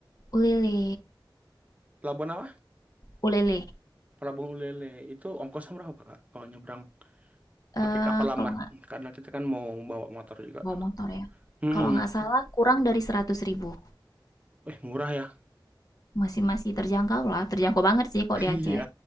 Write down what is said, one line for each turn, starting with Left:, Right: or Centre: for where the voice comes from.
Left: ulele
Right: Pelabuhan apa?
Left: ulele,
Right: Pelabuhan Ulele itu ongkosnya berapa Kak? Kalau nyebrang pakai
Left: eee,
Right: kapal lambat
Left: kalau nggak
Right: karena kita kan mau bawa motor juga.
Left: bawa motor ya.
Right: Hmm,
Left: Kalau nggak salah kurang dari seratus ribu
Right: eh murah ya? <laughs>
Left: masih masih terjangkau lah, terjangkau banget sih kok di
Right: Iya,
Left: Aceh,